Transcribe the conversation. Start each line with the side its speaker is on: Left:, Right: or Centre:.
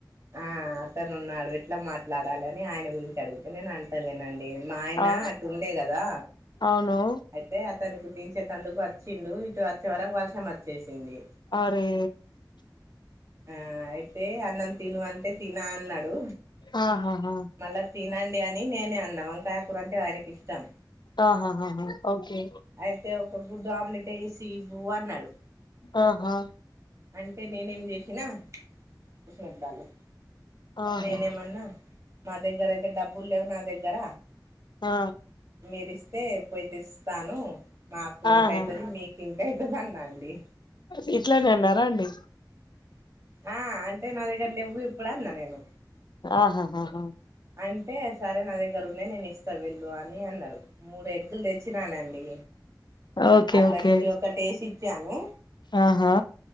Right: ఆ అతను ఉన్నాడు ఎట్లా మాట్లాడాలి అని ఆయన గురించి అడుగుతున్నా. నేను అంటాలేనండి. మా ఆయన
Left: ఆ
Right: అటు ఉండె కదా
Left: అవును
Right: అయితే అతనికి పిలిచేటందుకు వచ్చిండు ఇటు వచ్చే వరకు వర్షం వచ్చేసింది.
Left: అరే
Right: ఆ అయితే అన్నం తిను అంటే తినా అన్నాడు.
Left: ఆహా, హా
Right: మళ్ళా తినండి అని నేనే అన్నా. వంకాయ కూర అంటే ఆయనకి ఇష్టం.
Left: ఆహా! ఓకే
Right: అయితే ఒక గుడ్డు ఆమ్లెట్ ఏసి ఇవ్వు అన్నాడు.
Left: ఆహా
Right: అంటే నేనేం చేసినా ఉస్మత్ దాలో
Left: ఆహా
Right: నేనేమన్నా మా దగ్గర అయితే డబ్బులు లేవు నా దగ్గర
Left: ఆ
Right: మీరి ఇస్తే పోయి తెస్తాను. మాకు ఇంకా
Left: ఆహా
Right: అయితాది మీకు ఇంకా అయితాది అన్నా అండి.
Left: అసలు ఇట్లనే అన్నారా అండి?
Right: ఆ అంటే నా దగ్గర లేవు ఇప్పుడు అన్నా నేను.
Left: ఆహా! హా
Right: అంటే సరే నా దగ్గర ఉన్నాయి. నేను ఇస్తా వెళ్ళు అని అన్నారు. మూడు ఎగ్గులు తెచానండి.
Left: ఓకే
Right: అతనికి
Left: ఓకే
Right: ఒక టేసి ఇచ్చాను.
Left: ఆహా